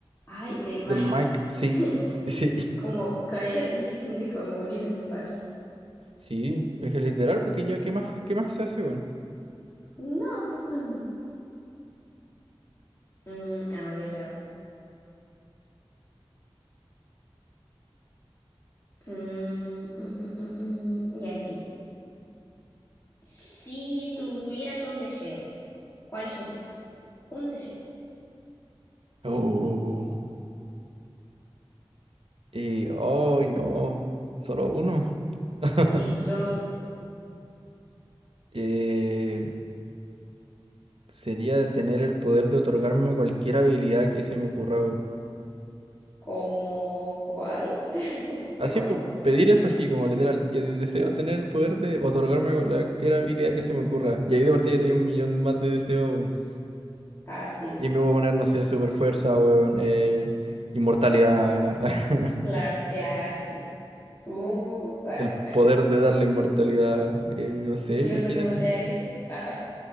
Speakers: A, on the left; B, on the right.
A: Ay, del Mike.
B: del Mike, sí,
A: <laughs>
B: <laughs> sí.
A: Como, cállate, <laughs> déjame morir en paz.
B: Sí, es que literal, porque ya, ¿qué más, qué más se hace, weón?
A: No, po. <laughs> Mm, a ver, a ver. Mm, mm, mm, mm, mm, Ya aquí. Si tuvieras un deseo, ¿cuál sería? Un deseo.
B: Oh. Y, ay, no, solo uno. <laughs>
A: Sí, solo uno.
B: Eh, sería tener el poder de otorgarme cualquier habilidad que se me ocurra, weón.
A: ¿Como cuál? Qué
B: Así,
A: random.
B: pues, pedir eso así, como literal, que de- deseo tener el poder de otorgarme cualquier habilidad que se me ocurra. Y ahí de partida tenía un millón más de deseos, weón.
A: Ah, sí,
B: Y me voy a poner, no sé, super fuerza, weón, eh, inmortalidad. <laughs>
A: claro, ya, sí. Uh, ah,
B: El poder de darle inmortalidad, eh, no sé,
A: y
B: imagínate.
A: otro que no sea ese. Ah,